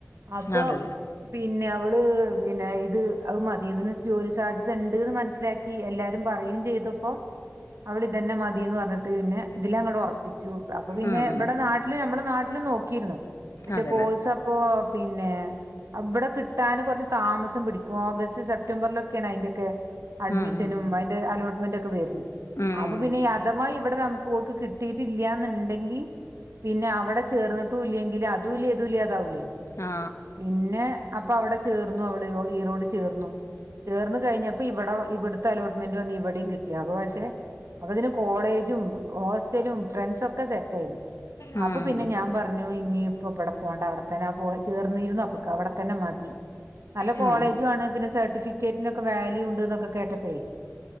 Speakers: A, on the right; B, on the left.
A: അപ്പൊ
B: ആ അതെല്ലേ
A: പിന്നെ അവള് പിന്നെ ഇത് അത് മതി ഇതിന് ജോലി സാധ്യത ഉണ്ട്ന്ന് മനസ്സിലാക്കി ക്ക് എല്ലാരും പറയും ചെയ്തപ്പോ അവളിതന്നെ മതിന്ന് പറഞ്ഞിട്ട് പിന്നെ ഇതിലങ്ങോട്ട് ഉറപ്പ വിച്ചു അപ്പൊ പിന്നെ
B: ഉം ഉം
A: ഇവിടെ നാട്ടില് നമ്മെ നാട്ടില് നോക്കിരുന്നു പക്ഷെ
B: അതെല്ലേ
A: കോഴസ് പ്പോ പിന്നെ അവിടെ കിട്ടാന് കുറച്ച് താമസം പിടിക്കും ഓഗസ്റ്റ് സെപ് സെപ്റ്റംബറിലൊക്കെയാണ് അതിന്റെൊക്കെ അഡ്മിഷനും
B: ഉം ഉം
A: അതിന്റെ അലോട്ട്മെന്റൊക്കെ വരുന്നത്
B: ഉം
A: അപ്പൊ
B: ഉം ഉം
A: പിന്നെ ഈ അഥവാ ഇവിടെ നമുക്ക് ഓൾക്ക് കിട്ടിയിട്ടില്ലന്നുണ്ടെങ്കി പിന്നെ അവിടെ ചേർന്നിട്ടൂല്ലെങ്കിൽ അതൂല്ല ഇതൂല്ലാഅതാവൂലേ
B: ആ
A: പിന്നെ അപ്പൊ അവിടെ ചേർന്നു അവള് ഈറോട് ചേർന്നു ചേർന്ന് കഴിഞ്ഞപ്പോ ഇവിടെ ഇവിടു ടത്തെ അലോട്ട്മെന്റ് വന്ന് ഇവിടെയും കിട്ടി അപ്പ പക്ഷെ അപ്പതിന് കോളേജും ഹോസ്റ്റലും ഫ്രണ്ട്സൊക്കെ സെറ്റായിണ്
B: ഉം
A: അപ്പൊ പിന്നെ ഞാൻ പറഞ്ഞു ഇനീപ്പം ഇബിടെ പോകണ്ട അവിടെത്തന്നെ പോ ചേർന്നിരുന്നു അപ്പൊക്കെ അവിടെത്തന്നെ മതി നല്ല കോളേജുമാണ്
B: ഉം ഉം ഉം ഉം
A: പിന്നെ സർട്ടിഫിക്കറ്റിനൊക്കെ വാല്യുണ്ടെന്നൊക്കെ കേട്ടപ്പോഴേ